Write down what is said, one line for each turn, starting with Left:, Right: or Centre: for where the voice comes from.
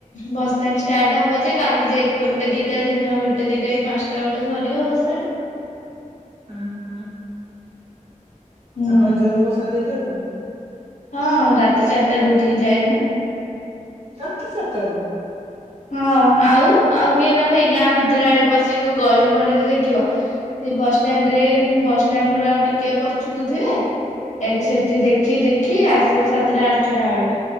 Left: ଭସାଣି ଷ୍ଟାର୍ଟ ହବ ଯେ କାଲି ଯାଇକି ଗୋଟେ ଦିଟା ଦିନ ଗୋଟେ ଦିଟା କି ପାଁଶ ଟା ଅଳେ ସରିବ ଭସାଣି।
Right: ହଁ ହଁ।
Left: ହୁଁ
Right: ଆପଣ ଯାଆନ୍ତି ଭସାଣି ଦେଖିବାକୁ?
Left: ହଁ ରାତି ଚାରିଟାରୁ ଉଠିକି ଯାଏ ମୁଁ।
Right: ରାତି ଚାରଟାରୁ?
Left: ହଁ ଆଉ ଆଉ କିଏ ନହେଲେ ଗାଁ ଭିତରେ ଆଡ଼େ ପଶି କୋଉ ଗଳିମଳିରେ ଦେଖିବ? ଏଇ ବସଷ୍ଟାଣ୍ଡ୍ ରେ ବସଷ୍ଟାଣ୍ଡ୍ ରୁ ଆଉ ଟିକେ ପଛୁକୁ ଥିବେ ଏଇଠି ସେଠି ଦେଖି ଦେଖି ଆସିବୁ ସାତଟା ଆଠଟା ଅଳୁ।